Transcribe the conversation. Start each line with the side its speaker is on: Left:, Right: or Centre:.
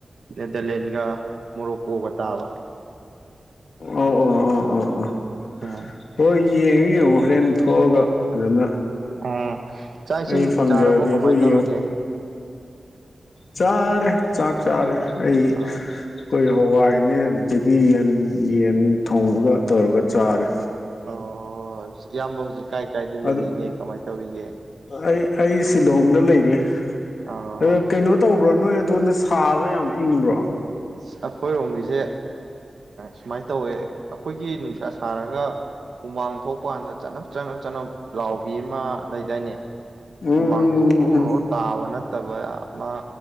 Right: ꯅꯦꯗꯔꯂꯦꯟꯒ ꯃꯣꯔꯣꯛꯀꯣꯒ ꯇꯥꯕ
Left: ꯑꯣ ꯑꯣ ꯑꯣ ꯑꯣ ꯑꯣ
Right: ꯎꯝ
Left: ꯍꯣꯏ ꯌꯦꯡꯉꯨ ꯌꯦꯡꯉꯨ ꯍꯣꯔꯦꯟ ꯊꯣꯛꯑꯒ ꯐꯖꯅ
Right: ꯎ ꯆꯥꯛ ꯏꯁꯤꯡ
Left: ꯑꯩ ꯐꯪꯖꯔꯗꯤ
Right: ꯆꯥꯔꯕꯣ ꯀꯃꯥꯏꯅ
Left: ꯑꯗꯨ
Right: ꯇꯧꯔꯒꯦ
Left: ꯌꯦꯡꯉꯨ ꯆꯥꯔꯦ ꯆꯥꯛ ꯆꯥꯔꯦ ꯑꯩ ꯑꯩꯈꯣꯏ
Right: ꯑꯥ
Left: ꯍꯋꯥꯏꯅꯦ ꯑꯗꯨꯗꯒꯤ ꯌꯦꯟ ꯌꯦꯟ ꯊꯣꯡꯉꯒ ꯇꯧꯔꯒ ꯆꯥꯔꯦ
Right: ꯑꯣ ꯏꯌꯥꯝꯕꯥ ꯍꯧꯖꯤꯛ ꯀꯥꯏ ꯀꯥꯏꯗ ꯂꯩꯔꯤꯒꯦ
Left: ꯑꯗꯨ
Right: ꯀꯃꯥꯏ ꯇꯧꯔꯤꯒꯦ
Left: ꯑꯩ ꯑꯩ ꯁꯤꯂꯣꯡꯗ ꯂꯩꯔꯤ
Right: ꯑꯣ
Left: ꯑ ꯀꯩꯅꯣ ꯇꯧꯕ꯭ꯔꯣ ꯅꯣꯏ ꯑꯗꯣꯝꯗ ꯁꯥꯕ꯭ꯔꯥ ꯌꯥꯝ ꯏꯪꯕ꯭ꯔꯣ
Right: ꯑꯁ ꯑꯩꯈꯣꯏꯔꯣꯝꯒꯤꯁꯦ ꯁꯨꯃꯥꯏꯅ ꯇꯧꯋꯦ ꯑꯩꯈꯣꯏꯒꯤ ꯅꯨꯡꯁꯥ ꯁꯥꯔꯒ ꯍꯨꯃꯥꯡ ꯊꯣꯛꯄ ꯀꯥꯟꯗ ꯆꯅꯞ ꯆꯅꯞ ꯆꯅꯞ ꯂꯥꯎꯕꯤ ꯑꯃ ꯂꯩꯗꯥꯏꯅꯦ
Left: ꯎꯝ
Right: ꯍꯨꯃꯥꯡꯗꯤ
Left: ꯎꯝ
Right: ꯑꯣꯔꯣ
Left: ꯎꯝ
Right: ꯑꯣꯔꯣ
Left: ꯎꯝ
Right: ꯇꯥꯕ ꯅꯠꯇꯕ ꯑꯃ